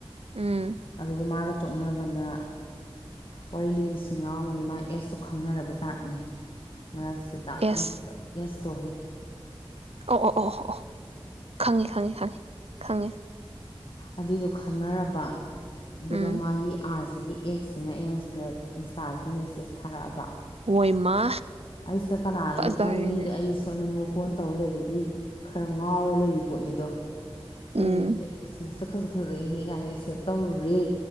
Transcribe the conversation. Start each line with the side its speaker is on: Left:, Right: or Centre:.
Right: ꯎꯝ
Left: ꯑꯗꯨꯒꯥ ꯃꯥꯅ ꯇꯣꯛꯅꯔꯀꯥꯟꯗ ꯋꯥꯔꯤ ꯂꯤꯕꯗ ꯁꯨꯝ ꯌꯥꯎꯔꯝꯒꯅꯤ ꯃꯥꯒꯤ ꯑꯦꯁꯇꯣ ꯈꯪꯅꯔꯕ ꯖꯥꯠꯅꯤ ꯃꯔꯛꯁꯤꯗ
Right: ꯑꯦꯁ
Left: ꯌꯦꯁ - ꯌꯦꯁ <unintelligible>
Right: ꯑꯣ ꯑꯣ ꯑꯣ ꯑꯣ ꯑꯣ! ꯈꯪꯉꯤ- ꯈꯪꯉꯤ- ꯈꯪꯉꯤ꯫ ꯈꯪꯉꯤ꯫
Left: ꯑꯗꯨꯏꯗꯣ ꯈꯪꯅꯔꯕ ꯑꯗꯨꯒ
Right: ꯎꯝ
Left: ꯃꯥꯒꯤ ꯑꯥꯁ ꯁꯤꯒꯤ ꯑꯦꯛꯁꯤꯅ ꯑꯩꯉꯣꯟ ꯁꯤꯗ ꯏꯟꯁꯇꯥꯁꯤꯗ ꯃꯦꯁꯦꯁ ꯊꯥꯔꯛꯑꯕ
Right: ꯍꯣꯏꯃ
Left: ꯑꯩꯁꯅ ꯀꯅꯥꯅꯣꯁꯨ
Right: ꯐꯖꯔꯦꯅꯦ
Left: ꯈꯪꯗꯦ ꯃꯤꯗꯤ ꯑꯩꯗꯤ ꯁ ꯗ ꯃꯨꯛ ꯑꯣꯟ ꯇꯧ ꯂꯩꯕꯒꯤ ꯈꯔ ꯉꯥꯎꯔ ꯂꯩꯔꯤ ꯄꯣꯠꯅꯤꯗꯣ
Right: ꯎꯝ
Left: ꯑꯩ ꯑꯁ ꯃꯁꯛ ꯐꯖ ꯐꯖꯩꯅꯦꯍ ꯀꯥꯏꯅ ꯑꯦꯛꯁꯦꯞ ꯇꯧꯔꯨꯔꯦ